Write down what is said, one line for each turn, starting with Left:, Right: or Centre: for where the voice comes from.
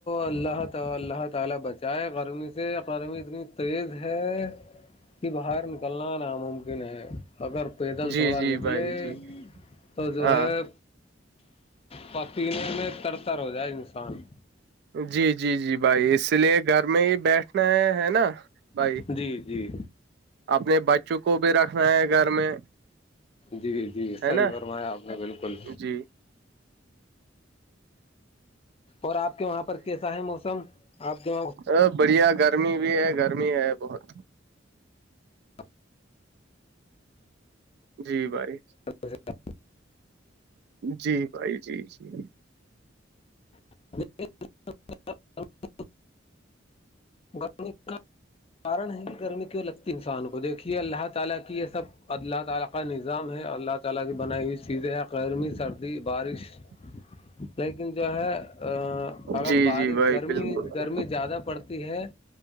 Left: اللہہ تعالی اللہہ تعالی بچائے گرمی سے گرمی اتنی تویز ہے کہ باہر نکلنا ناممکن ہے اگر پیدل
Right: جی
Left: تھوڑا
Right: جی
Left: نکلے
Right: بھائی جی
Left: تو جو
Right: ہاں
Left: ہے پاکی میں تر تر ہو جائے انسان
Right: جی جی جی بھائی اس لیے گھر میں ہی بیٹھنا ہے نا بھائی
Left: جی جی
Right: اپنے بچوں کو بھی رکھنا ہے گھر میں
Left: جی جی
Right: ہے
Left: صحیح
Right: نا
Left: فرمایا آپ نے بالکل
Right: جی
Left: اور آپ کے وہاں پر کیسا ہے موسم آپ کےاں
Right: ا بڑھیا گرمی بھی ہے گرمی ہے بہت
Left: <inaudible>
Right: جی بھائی
Left: <unintelligible>
Right: جی بھائی جی جی
Left: <inaudible> گرمی کا کارن ہے گرمی کیوں لگتی انسان کو دیکھیے اللہ تعالی کی یہ سب ا اللہ تعالی کا نظام ہے اللہ تعالی کی بنائی ہوئی چیزیں ہیں گرمی سردی بارش
Right: <inaudible>
Left: لیکن جو ہے ا اگر
Right: جی
Left: بارش
Right: جی بھائی
Left: گرمی
Right: بالکل
Left: گرمی زیادہ پڑتی ہے